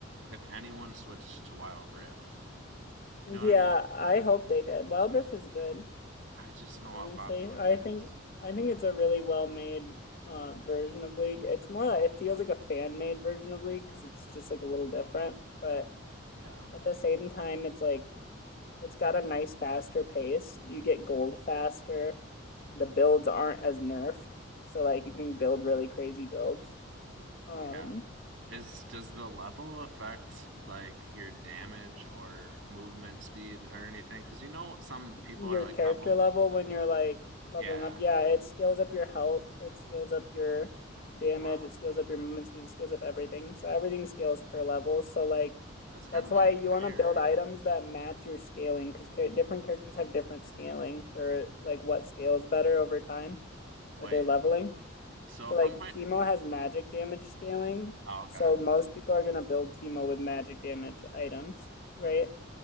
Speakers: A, on the right (about 75°); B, on the left (about 45°).
A: if anyone switched to Wild Rift. You
B: Yeah,
A: know what I mean?
B: I hope they did. Wild Rift is good,
A: I just know
B: honestly.
A: how popular
B: I
A: it
B: think
A: is.
B: I think it's a really well-made uh, version of League. It's more like it feels like a fan-made version of League because it's just like a little different, but
A: Yeah.
B: at the same time, it's like it's got a nice faster pace. You get gold faster. The builds aren't as nerfed, so like you can build really crazy builds. Um,
A: Yeah. Is does the level affect like your damage or movement speed or anything? Because you know some people
B: your
A: are like
B: character
A: level
B: level when you're like leveling
A: Yeah.
B: up. Yeah, it scales up your health, it scales up your damage,
A: Wow.
B: it scales up your movement speed, it scales up everything. So everything scales per level. So like
A: That's kind
B: that's
A: of
B: why
A: unfair.
B: you want to build items that match your scaling because ca different characters have different scaling for like what scales better over time with
A: Wait.
B: their leveling.
A: So
B: So
A: if
B: like
A: I'm playing,
B: Teemo has magic damage scaling.
A: Oh, okay.
B: So most people are gonna build Teemo with magic damage items, right?